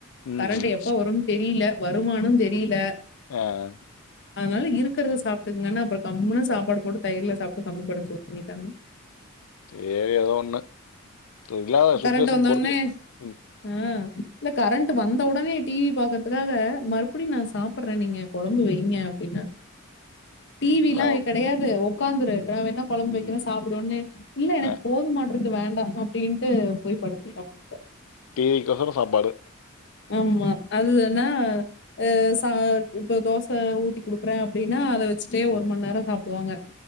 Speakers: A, on the left; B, on the left.
A: ம்,
B: கரண்ட்
A: ம்.
B: எப்ப வருனு தெரில வருமானு தெரில
A: ஆஹ்
B: அதனால இருக்கிறத சாப்பிட்டுங்கன்னா அப்ரோ கம்முனு சாப்பாடு போட்டு தயிர்ல சாப்பிட்டு கம்முனு படுத்தூங்கிட்டாங்க
A: சேரி ஏதோ ஒண்ணு இல்லாத சுச்சுவேஷன்
B: கரண்ட் வந்த
A: பொறுத்து
B: ஒனே
A: ம்.
B: ஆஹ் கரண்ட் வந்த உடனே டிவி பாக்கறதுக்காக மறுபடியு நா சாப்பிட்ற நீங்க கொழம்பு வைங்க அப்படின்னா டிவில்லா
A: ஆ.
B: கெடையாது உக்காந்துரு
A: ம்.
B: நா வேணா குழம்பு
A: ம்.
B: வக்கிற சாப்பிடுன்னே இல்ல எனக்கு
A: ஆ.
B: போதுமாட்ருக் து வேண்டா அப்படின் ட்டு போய் படுத்துடாப்ல
A: டீவிகோசர சாப்பாடு
B: ஆமா அதுன்னாஹ் ச இப்ப தோச ஊத்தி குடுக்குற அப்படின்னா ச்சிடே
A: ம்.
B: ஒரு மணி நேரோ சாப்பிடுவாங்க